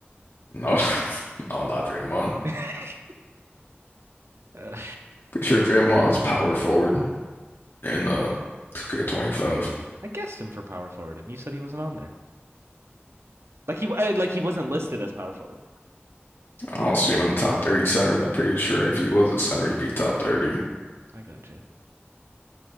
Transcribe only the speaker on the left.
No, <laughs> no, not Draymond.
Pretty sure Draymond is power forward in uh 2K25.
I don't see him in the top 30 centers. I'm pretty sure if he was a center, he'd be top 30.